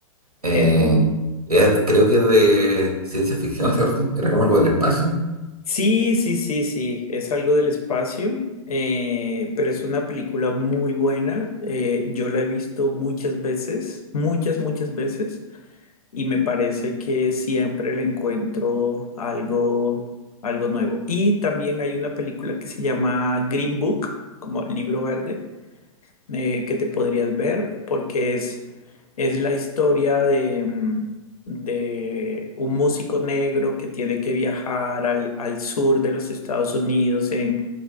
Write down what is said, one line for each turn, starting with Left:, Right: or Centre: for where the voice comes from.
Right: Eh,
Left: Es buena.
Right: es- creo que es de ciencia ficción, ¿cierto? Era como algo del espacio.
Left: Sí, sí, sí, sí, es algo del espacio, eh, pero es una película muy buena. eh, yo la he visto muchas veces, muchas, muchas veces, y me parece que siempre le encuentro algo, algo nuevo. Y también hay una película que se llama Green Book, como libro verde eh, que te podrías ver porque es, es la historia de, mm, de un músico negro que tiene que viajar al, al sur de los Estados Unidos en,